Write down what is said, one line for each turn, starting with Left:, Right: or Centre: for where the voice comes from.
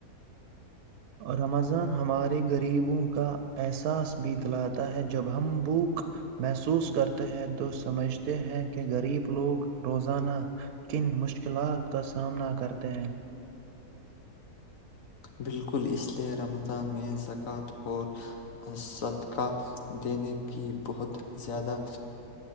Right: رمضان ہمارے غریبوں کا احساس بھی دلاتا ہے جب ہم بھوک محسوس کرتے ہیں تو سمجھتے ہیں کہ غریب لوگ روزانہ کن مشکلات کا سامنا کرتے ہیں
Left: بالکل اس لئے رمضان میں زکوۃ اور صدقہ دینے کی بہت زیادہ